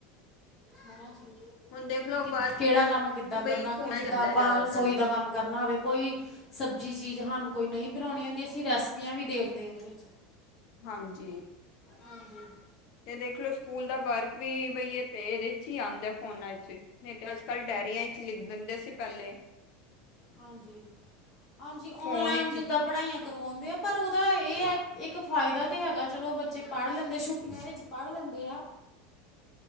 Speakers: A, on the left (about 40°); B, on the left (about 55°).
A: ਹਨਾ ਜੀ,
B: ਹੁਣ ਦੇਖ ਲਓ
A: ਕਿ
B: ਬਾਹਰ
A: ਕਿਹੜਾ ਕੰਮ ਕਿੱਦਾਂ ਕਰਨਾ
B: ਬਈ ਫੋਨਾ
A: ਕਿ ਜਿੱਦਾਂ
B: ਹੀ ਆਂਦਾ
A: ਆਪਾਂ
B: ਜ਼ਿਆਦਾਤਰ
A: ਰਸੋਈ ਦਾ ਕੰਮ ਕਰਨਾ ਹੋਵੇ ਕੋਈ ਸਬਜ਼ੀ ਚੀਜ਼ ਸਾਨੂੰ ਕੋਈ ਨਹੀਂ ਬਣਾਉਣੀ ਹੁੰਦੀ ਅਸੀਂ ਰੈਸਪੀਆਂ ਵੀ ਦੇਖਦੇ ਹਾਂ ਉਹਦੇ ਵਿੱਚ
B: ਹਾਂਜੀ।
A: ਹਾਂਜੀ।
B: ਤੇ ਦੇਖਲੋ ਸਕੂਲ ਦਾ ਵਰਕ ਵੀ ਬਈ ਇਹ ਤੇ ਇਹਦੇ ਚ ਹੀ ਆਉਂਦਾ ਫੋਨਾਂ ਚ ਨਹੀਂ ਤੇ ਅੱਜ ਕੱਲ ਡਾਇਅਰੀਆਂ ਚ ਲਿਖ ਦਿੰਦੇ ਸੀ ਪਹਿਲੇ
A: ਹਾਂਜੀ-ਹਾਂਜੀ
B: ਫੋਨ
A: ਓਨਲਾਈਨ
B: ਵਿੱਚ
A: ਜਿੱਦਾਂ
B: ਹੀ
A: ਪੜ੍ਹਾਈਆਂ ਕਰਵਾਉਂਦੇ ਆ ਪਰ ਉਹਦਾ ਇਹ ਇੱਕ ਫਾਇਦਾ ਤੇ ਹੈਗਾ ਚਲੋ ਬੱਚੇ ਪੜ੍ਹ ਲੈਂਦੇ ਛੁੱਟੀਆਂ ਵਿੱਚ ਪੜ੍ਹ ਲੈਂਦੇ ਆ